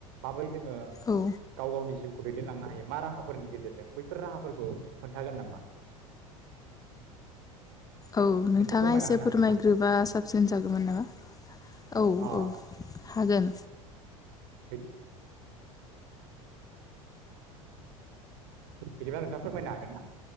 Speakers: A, on the right; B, on the left.
A: बै जोङो
B: औ
A: गाव गावनि जिउ दैदेनलांनो हायो मा राहाफोरनि गेजेरजों बैफोर राहाफोरखौ खोन्थागोन नामा <inaudible>
B: औ नोंथाङा
A: फोरमायना
B: एसे
A: होनो हागोन
B: फोरमायग्रोबा
A: ना
B: साबसिन जागौमोन नामा औ
A: अ
B: औ हागोन
A: बिदि बिदिब्ला नोंथाङा फोरमायनो हागोन ना